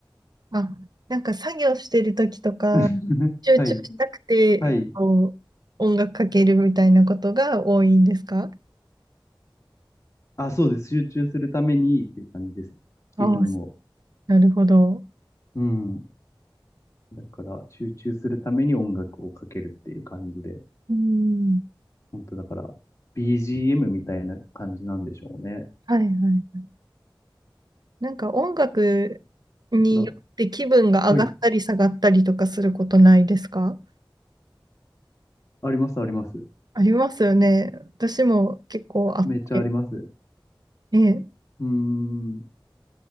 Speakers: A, on the right (about 50°); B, on the left (about 35°).
A: あ、なんか作業してる時とか、
B: <laughs>
A: 集中したくて、
B: はい、はい、
A: こう、音楽かけるみたいなことが多いんですか
B: あ、そうです。集中するためにっていう感じです。気分を。
A: ああ、なるほど。
B: うん。だから、集中するために音楽をかけるっていう感じで、
A: うん。
B: 本当だから、BGM みたいな感じなんでしょうね。
A: はいはい。なんか音楽によって気分が上がったり下がったりとかすることないですか
B: だから、はい、あります、あります。
A: ありますよね。私も結構あって。
B: めっちゃあります。
A: え
B: うーん。